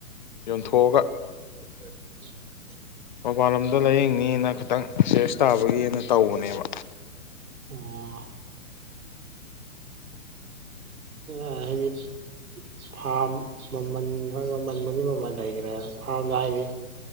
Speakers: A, on the left; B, on the right.
A: ꯌꯣꯟꯊꯣꯛꯑꯒ
B: <unintelligible>
A: ꯃꯄꯥꯟ ꯂꯝꯗ ꯂꯥꯏꯌꯦꯡꯅꯤꯅ ꯈꯤꯇꯪ ꯁꯦꯔꯁ ꯇꯥꯕꯒꯤꯅ ꯇꯧꯕꯅꯦꯕ
B: ꯑꯣ ꯑ ꯍꯥꯏ ꯃꯤ <inaudible> ꯐꯥꯔꯝ ꯃꯃꯜ ꯈꯔ ꯃꯃꯜꯕꯨꯗꯤ ꯃꯃꯜ ꯂꯩꯈ꯭ꯔꯦ ꯐꯥꯔꯝꯗꯣ ꯍꯥꯏꯗꯤ